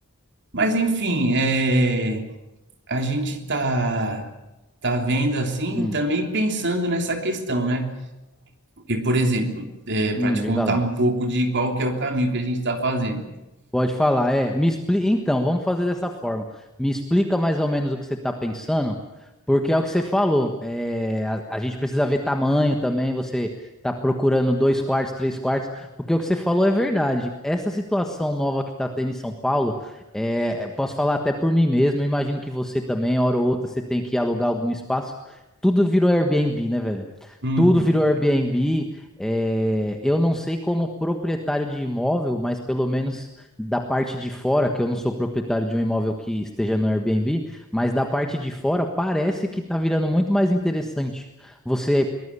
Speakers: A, on the right; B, in the centre.
A: Mas, enfim, é, a gente tá, tá vendo assim,
B: Hum,
A: também pensando nessa questão, né? Porque, por exemplo,
B: hum,
A: para te
B: diga
A: contar
B: lá.
A: um pouco de qual que é o caminho que a gente está fazendo.
B: Pode falar, é. Me expli... Então, vamos fazer dessa forma. Me explica mais ou menos o que você está pensando, porque é o que você falou. é, a, a gente precisa ver tamanho também. Você está procurando dois quartos, três quartos, porque o que você falou é verdade. Essa situação nova que está tendo em São Paulo, é, eu posso falar até por mim mesmo. eu Imagino que você também, hora ou outra, você tem que alugar algum espaço. Tudo virou Airbnb, né, velho?
A: Uhum.
B: Tudo virou Airbnb. é, eu não sei como proprietário de imóvel, mas pelo menos da parte de fora, que eu não sou proprietário de um imóvel que esteja no Airbnb, mas da parte de fora parece que está virando muito mais interessante você